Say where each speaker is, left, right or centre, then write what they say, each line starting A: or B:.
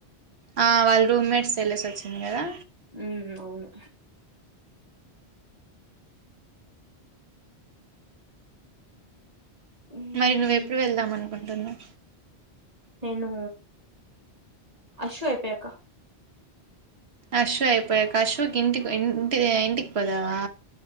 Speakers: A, on the right (about 70°); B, on the right (about 35°).
A: ఆ వాళ్ళ రూమ్మేట్స్ వెళ్లేసి వచ్చింద్ కదా
B: మ్మ్ అవును మ్మ్
A: మైదు నువ్వు ఎప్పుడు వెళ్దాం అనుకుంటున్నావు
B: నేను అశో అయిపోయాక
A: ఆషు అపోయాక ఆషుక్ ఇంటి ఇంటి ఇంటికి పోతావా